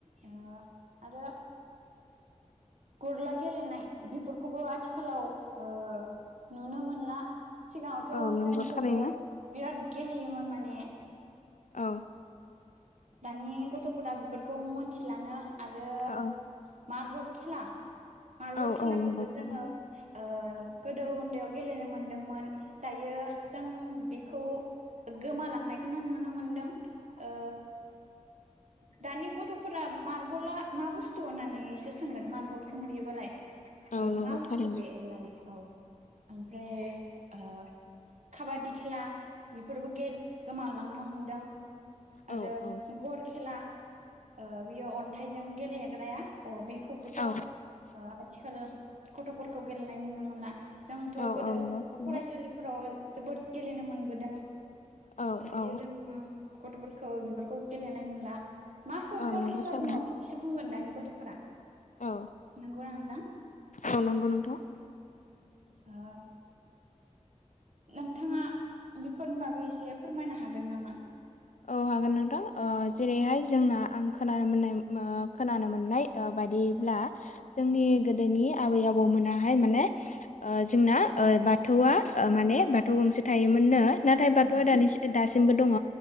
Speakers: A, on the right; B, on the left.
A: ओ आरो गुरला गेलेनाय बेफोरखौबो आथिखालाव ओ नुनो मोनला। सिगाङावथ'
B: औ नंगौ
A: जोंफोरो
B: थारैनो।
A: बिराद गेलेयोमोन माने
B: औ
A: दानि गथ'फोरा बिफोरखौ मोनथिलानो आरो
B: औ
A: मारबुर खेला मार्बल
B: औ
A: खेलाखौबो
B: औ नंगौ
A: जोङो
B: थारैनो।
A: ओ गोदो उन्दैयाव गेलेनो मोनदोंमोन। दायो जों बेखौ गोमालांनायखौनो नुनो मोनदों ओ दानि गथ'फोरा मार्बला मा बुस्थु होननानैसो सोंगोन मार्बलखौ नुयोबालाय।
B: औ
A: ओ
B: नंगौ
A: मा बुस्थु
B: थारैनो
A: बे होननानै औ ओमफ्राय ओ खाबादि खेला बेफोरबो गे गोमालांनो हमदों। आरो
B: औ औ।
A: गर खेला ओ बियो अन्थाइजों गेलेग्राया। अ बिखौबोथ'
B: औ
A: ओ आथिखाल गथ'फोरखौ गेलेनाय नुनो मोना। जोंथ'
B: औ
A: गोदो
B: औ नंगौ थारैनो।
A: फरायसालिफोराव जोबोद गेलेनो मोनबोदों।
B: औ
A: दायो
B: औ।
A: जों गथ'फोरखौ बिफोरखौ गेलेनाय नुला माखौ
B: औ
A: गर
B: नंगौ
A: खेला
B: थारैनो।
A: बुङो बिदिसो बुंगोन दानि गथ' फ्रा
B: औ
A: <unintelligible>
B: औ नंगौ नोंथां।
A: आ- नोंथाङा बेफोरनि बागै एसे फोरमायनो हागोन नामा?
B: औ हा गोन नोंथां ओ जेरैहाय जोंना आंखोनानो मोननाय खोनानो मोन्नाय बायदिब्ला आ जोंनि गोदोनि आबै आबौमोना हाय माने जोंना ओ बाथौआ माने बाथौ गंसे थायोमोननो। नाथाय बाथौआ
A: औ नोंथां
B: दानि दासिमबो दङ